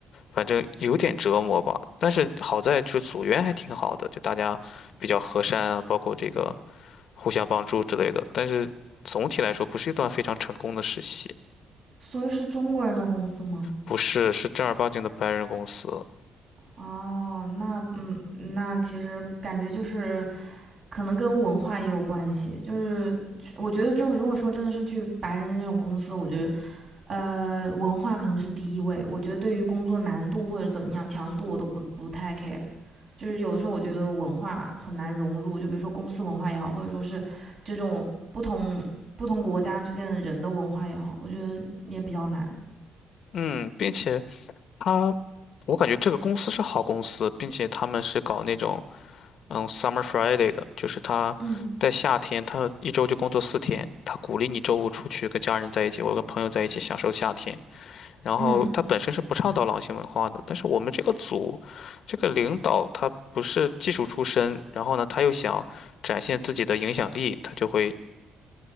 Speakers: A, on the left (about 65°); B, on the right (about 50°).
A: 反正有点折磨吧。但是好在就是组员还挺好的，就大家比较和善啊，包括这个互相帮助之类的。但是总体来说，不是一段非常成功的实习，
B: 所以是中国人的公司吗？
A: 不是，是正儿八经的白人公司。
B: 哦，那嗯，那其实感觉就是可能跟文化也有关系，就是去我觉得就如果说真的是去白人的那种公司，我觉得呃，文化可能是第一位。我觉得对于工作难度或者怎么样强度，我都不不太 care。就是有的时候我觉得文化很难融入，就比如说公司文化也好，或者说是这种不同不同国家之间的人的文化也好，我觉得也比较难。
A: 嗯，并且他，我感觉这个公司是好公司，并且他们是搞那种嗯 Summer Friday 的，就是他在夏天，
B: 嗯
A: 他一周就工作四天，他鼓励你周五出去跟家人在一起，或者跟朋友在一起享受夏天。然后他本身是不倡导狼性文化的，
B: 嗯。
A: 但是我们这个组，这个领导他不是技术出身，然后呢，他又想展现自己的影响力，他就会